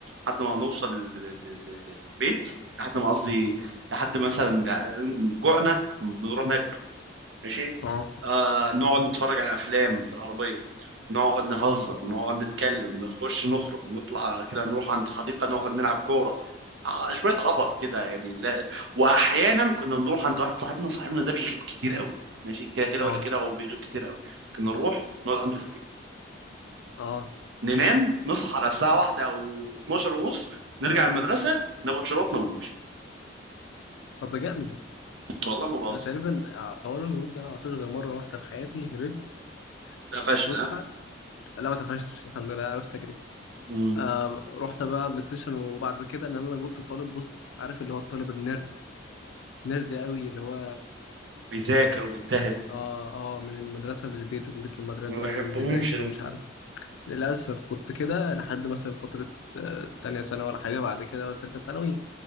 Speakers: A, on the right (about 70°); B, on the left (about 75°).
A: لحد ما نوصل لل- لل- لل- للبيت لحد ما قصدي لحد مثلا جوعنا بنروح ناكل ماشي
B: اه
A: آه نقعد نتفرج على افلام في العربيه نقعد نهزر نقعد نتكلم نخش نخرج نطلع كده نروح عند حديقه نقعد نلعب كوره آه شويه عبط كده يعني لا واحيانا كنا بنروح عند واحد صاحبنا صاحبنا ده بيغيب كتير قوي ماشي كده كده
B: اه
A: ولا كده هو بيغيب كتير قوي كنا نروح نقعد عنده في البيت
B: اه
A: ننام نصحى على الساعه واحدة او 12 ونص نرجع المدرسه ناخد شنطنا ونمشي
B: طب ده جامد
A: والله ما بهزر
B: انا تقريبا حوار الهروب ده ما عملتوش غير مره واحده في حياتي هربت
A: اتقفشت
B: في الفسحه
A: ها
B: لا ما اتقفشتش الحمد لله عرفت اجري
A: مم.
B: آه رحنا بقى بلاي ستيشن وبعد كده ان انا كنت طالب بص عارف اللي هو الطالب النيرد نرد قوي اللي هو
A: بيذاكر وبيجتهد
B: اه اه من المدرسة للبيت ومن بيت للمدرسة
A: ما بحبهمش
B: وبيذاكر
A: دول
B: ومش عارف للأسف كنت كده لحد مثلا فترة آه، تانية ثانوي ولا حاجة بعد كده تالتة ثانوي